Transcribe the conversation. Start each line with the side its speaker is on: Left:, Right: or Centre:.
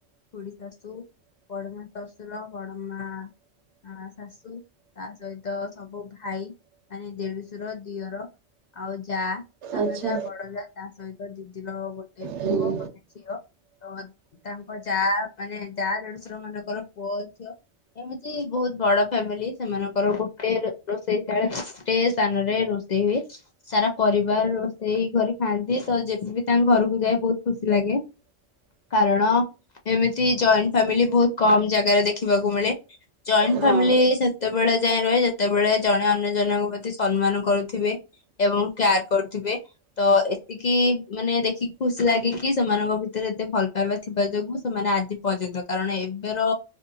Left: ଖୁଢୀ ଶାଶୁ ବଡମା ଶଶୁର ବଡ ମା। ଆ ଶାଶୁ ତା ସହିତ ସବୁ ଭାଇ ମାନେ ଦେଢ ଶଶୁର ଦିଅର ଆଉ ଯା ସାନ
Right: ଆଚ୍ଛା।
Left: ଯା ବଡ ଯା ତା ସହିତ ଦିଦିର ଗୋଟେ।
Right: ହୁଁ
Left: ପୁଅ ଗୋଟେ ଝିଅ। ତ ତାଙ୍କ ଯା ମାନେ ଯା ଦେଢଶୁର ମାନଙ୍କର ପୁଅ ଝିଅ। ଏମିତି ବହୁତ ବଡ ଫ୍ୟାମିଲି ସେମାନଙ୍କର ଗୋଟେ ରୋଷେଇ ଶାଳେ ଗୋଟେ। ସ୍ଥାନରେ ରୋଷେଇ ହୁଏ। ସାରା ପରିବାର ସେଇ ଘରେ ଖାଆନ୍ତି ତ ଯେବେବି ତାଙ୍କ ଘରକୁ ଯାଏ ବହୁତ୍ ଖୁସି ଲାଗେ। କାରଣ ଏମିତି ଜଏଣ୍ଟ ଫାମିଲି ବହୁତ କମ ଜାଗାରେ ଦେଖିବାକୁ ମିଳେ। ଜଏଣ୍ଟ୍
Right: ହଁ
Left: ଫ୍ୟାମିଲି ସେତେବେଳେ ଯାଇଏଁ ରହେ ଯେତେବେଳେ ଜଣେ ଅନ୍ୟ ଜଣଙ୍କୁ ପ୍ର କି ସମ୍ମାନ କରୁଥୁବେ ଏବଂ କ୍ୟାୟାର୍ କରୁଥୁବେ। ତ ଏତିକି ମାନେ ଦେଖିକି ଖୁସି ଲାଗେ କିି ସେମାନଙ୍କ ଭିତରେ ଏତେ ଭଲ ପାଇବା ଥିବା ଯୋଗୁଁ ସେମାନେ ଆଜି ପର୍ଯ୍ୟନ୍ତ କାରଣ ଏବେର